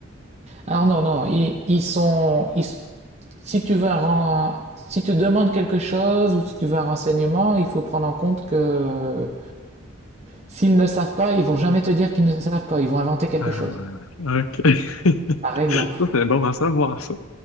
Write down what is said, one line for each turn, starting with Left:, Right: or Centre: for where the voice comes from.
Right: Alors non, non, ils, ils sont, ils- si tu veux un, ren- si tu demandes quelque chose ou si tu veux un renseignement, il faut prendre en compte que S'ils ne savent pas, ils vont jamais te dire qu'ils ne savent pas. Ils vont inventer quelque
Left: Ah,
Right: chose.
Left: OK. <laughs>
Right: Par exemple.
Left: Ça, c'est bon à savoir, ça.